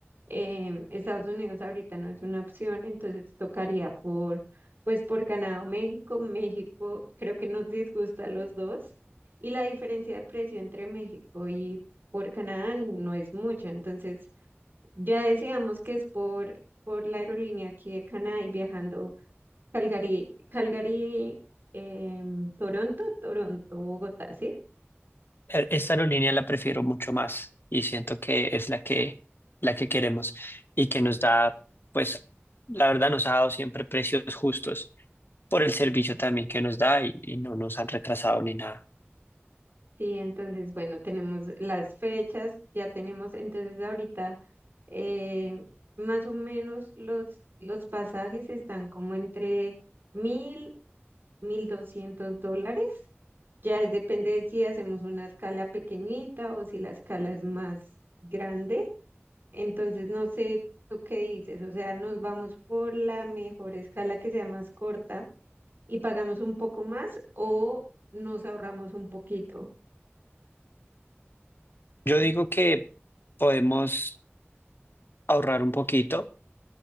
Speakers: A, on the right; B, on the left.
A: em, Estados Unidos ahorita no es una opción, entonces tocaría por, pues por Canadá o México. México creo que nos disgusta a los dos y la diferencia de precio entre México y por Canadá no es mucha, entonces ya decíamos que es por, por la aerolínea aquí de Canadá y viajando Calgary, Calgary, em, Toronto, Toronto, Bogotá, ¿sí?
B: Eh, Esta aerolínea la prefiero mucho más y siento que es la que, la que queremos y que nos da, pues, la verdad nos ha dado siempre precios justos. por el servicio también que nos da y, y no nos han retrasado ni nada.
A: Sí, entonces, bueno, tenemos las fechas, ya tenemos, entonces ahorita eh, más o menos los, los pasajes están como entre mil, mil doscientos dólares. Ya es- depende de si hacemos una escala pequeñita o si la escala es más grande. Entonces, no sé tú qué dices, o sea, nos vamos por la mejor escala que sea más corta y pagamos un poco más o nos ahorramos un poquito.
B: Yo digo que podemos ahorrar un poquito